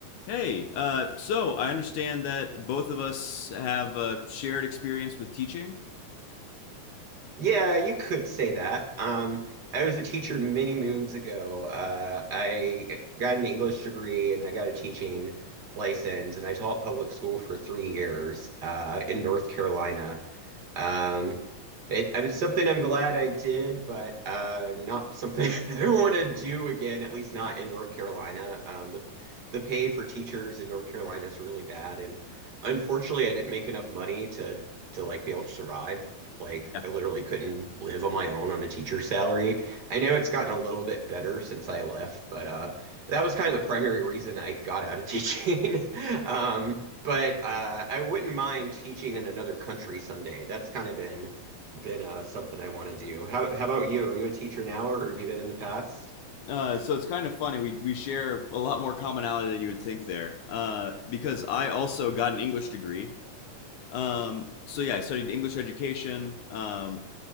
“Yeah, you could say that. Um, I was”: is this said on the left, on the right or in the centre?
Right